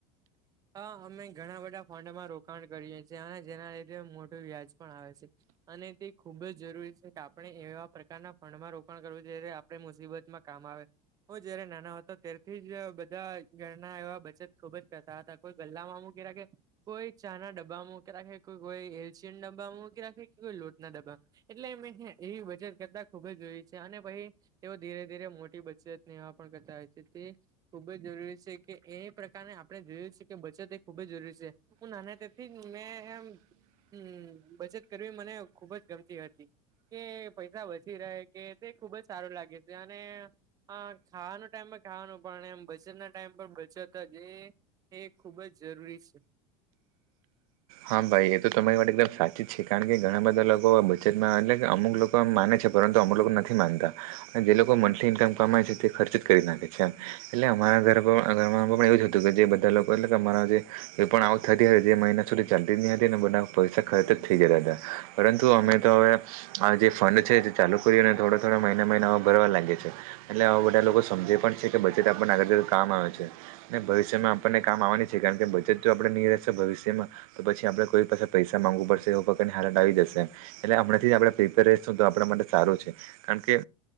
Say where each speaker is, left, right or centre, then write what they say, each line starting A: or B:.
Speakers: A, on the right; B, on the right.
A: હ અમે ઘણા બધા ફંડમાં રોકાણ કરીએ છીએ અને જેના લીધે મોટું વ્યાજ પણ આવે છે અને તે ખૂબ જ જરૂરી છે કે આપણે એવા પ્રકારના ફંડમાં રોકાણ કરવું જ્યારે આપણે મુસીબતમાં કામ આવે. હો જ્યારે નાના હતો ત્યારથી જ બધા ઘરના એવા બચત ખુબ જ કરતા હતા. કોઈ ગલ્લામાં મૂકી રાખે કોઈ ચા ના ડબ્બામાં મુકી રાખે કોઈ કોઈ એશિયન ડબ્બામાં મૂકી રાખે કોઈ લોટના ડબ્બા એટલે મે એ બચત કરતા ખુબ જ જોઈ છે અને પછી તે ધીરે ધીરે મોટી બચતને એવા કરતા હોય છે તે ખૂબ જ જરૂરી છે કે એ પ્રકારને આપણે જોયુ છે. કે બચત એ ખુબ જ જરૂરી છે હું નાના તેથી મેં એમ હમ્મ બચત કરવી મને ખુબ જ ગમતી હતી. કે પૈસા વધી રહે કે તે ખુબ જ સારું લાગે છે અને અ ખાવાનો ટાઈમ પર ખાવાનું પણ એમ બચતના ટાઈમ પર બચત જ એ એ ખૂબ જ જરૂરી છે.
B: હા ભાઈ એ તો તમારી માટે એકદમ સાચી જ છે કારણ કે ઘણા બધા લોકો બચતમાં એટલે કે અમુક લોકો એમ માને છે. પરંતુ અમે લોકો નથી માનતા જે લોકો મંથલી ઇનકમ કરે છે તે ખર્ચ કરી નાખે છે એટલે આમાં મારા ઘર ઘરમાં પણ એવું જ હતું કે જે બધા લોકો એટલે કે મારા જે એ પણ આવક થતી હતી એ મહિને છોલી ચાલતી નહીં હતી અને બધા પૈસા ખર્ચ જ થઈ ગયા હતા પરંતુ અમે તો હવે આ જે ફંડ છે જે ચાલુ કરી અને થોડા થોડા મહિના મહિનાવા ભરવા લાગે છે એટલે આવા બધા લોકો સમજે પણ છે કે બજેટ આપણને આગળ જતા કામ આવે છે ને ભવિષ્યમાં આપણને કામ આવવાની છે કારણ કે બચત તો આપણે ની રહે તો ભવિષ્યમાં તો પછી આપડે કોઈ પાસે પૈસા માંગવુ પડશે એ પણ હાલત આવી જશે એટલે હમણા આપણે પેપર આપણા માટે સારું છે કારણ કે